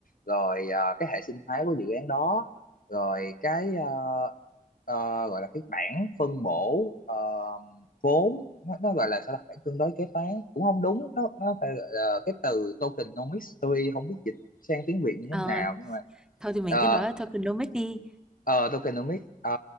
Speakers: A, on the left; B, in the centre.
A: rồi ờ, cái hệ sinh thái của dự án đó rồi cái ờ, ờ, gọi là cái bảng phân bổ ờ, vốn nó, nó gọi là sao ta bảng cân đối kế toán cũng không đúng nó nó phải gọi là cái từ tokenomics tôi không biết sang tiếng Việt như thế
B: Ờ,
A: nào nhưng mà
B: thôi thì mình
A: ờ,
B: cứ nói là tokenomics đi.
A: ờ, tokenomics ờ,